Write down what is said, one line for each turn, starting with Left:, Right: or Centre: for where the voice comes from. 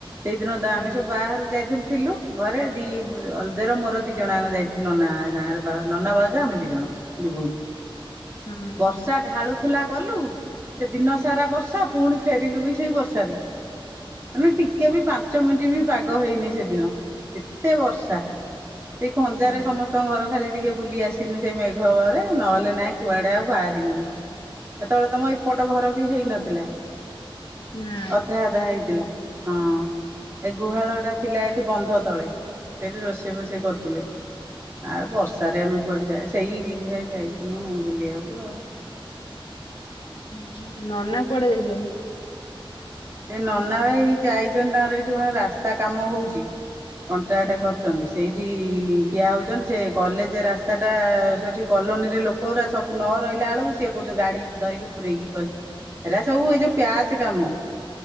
Right: ସେଇଦିନ ତ ଆମେ
Left: ଆଜ୍ଞା
Right: ସବୁ ବାହାରକୁ ଯାଇଥିନୁ ଥିଲୁ ଘରେ ଦି ଅଲଦେ ର ମୋର ଦି
Left: ହଁ।
Right: ଜଣ ଆକ ଯାଇଥିଲୁ। ନନା ସାଙ୍ଗରେ ବା ନନା ବାଉଜ ଆମେ ଦି ଜଣ ଦି ଭଉଣୀ
Left: ହଁ
Right: ବର୍ଷା
Left: ହଁ
Right: ଢାଳୁ ଥୁ ଲା ଗଲୁ ସେ ଦିନ ସାରା ବର୍ଷା ପୁଣି ଫେରିଲୁ ବି ସେଇ ବର୍ଷାରେ। ମାନେ ଟିକେ ବି ପାଞ୍ଚ ମିନିଟ୍ ବି ପାଗ ହେଇନି ସେଦିନ ଏତେ ବର୍ଷା। ସେଇ ଖଞ୍ଜାରେ
Left: ଆଜ୍ଞା
Right: ସମସ୍ତେ ଙ୍କ ଘର ଖାଲି ଟିକେ ବୁଲି ଆସିନୁ ସେଇ ମେଘ ଭୟରେ ନହେଲେ ନାହିଁ କୁଆଡେ ଆଉ ବାହାରିନୁ। ସେତେବେଳେ ତମ ଏପଟ ଘର ବି ହେଇନଥିଲା
Left: ନା
Right: ଅଧା ଅଧା ହେଇଥିଲା। ହଁ ଏ ଗୁହାଳ ଟା ଥିଲା ଏଠି ବନ୍ଧ ତଳେ ସେଠି ରୋଷେଇ ବୋଷେଇ କରୁଥିଲେ। ଆଉ ବର୍ଷାରେ ଆମେ କୁଆଡେ ଯା ସେଇ ଯି ଯାଇଥିନୁ ବୁଲିବାକୁ ଆଉ। <inaudible>
Left: ହୁଁ ହୁଁ ନନା କୁଆଡେ ଯାଇଚନ୍ତି?
Right: ଏ ନନା ହେଇ ଯାଇଚନ୍ତି ତାଙ୍କର ଏଇଠି କଣ ରାସ୍ତା କାମ ହଉଚି କଣ୍ଟ୍ରାକ୍ଟ
Left: ଆଜ୍ଞା
Right: କରିଚନ୍ତି। ସେଇଠି ଠିଆ ହଉଚନ୍ତି ସେ କଲେଜେ ରାସ୍ତାଟା ସେଇଠି କଲୋନୀରେ ଲୋକ କଉରା ସବୁ ନ ରହିଲା ବେଳକୁ ସେ କହୁଛନ୍ତି ଗାଡି ଧରିକି ପୁରେଇକି ବସ ହେରା ଏସବୁ ଏଇ ଯୋଉ ପ୍ୟାଚ୍ କାମ